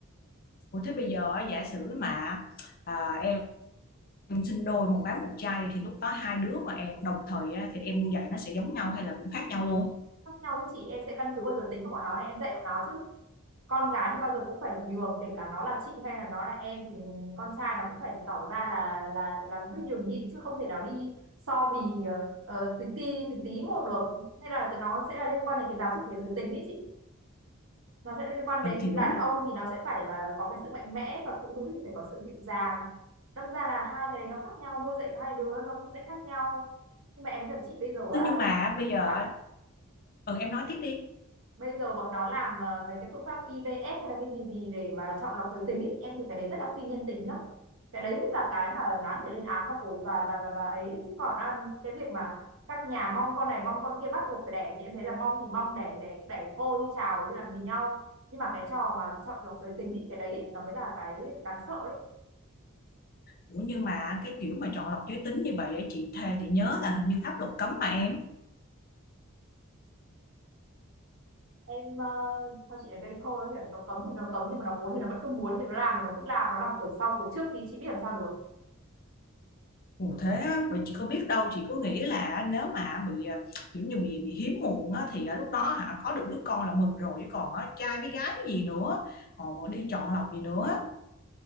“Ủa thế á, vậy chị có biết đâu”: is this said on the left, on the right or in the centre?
Left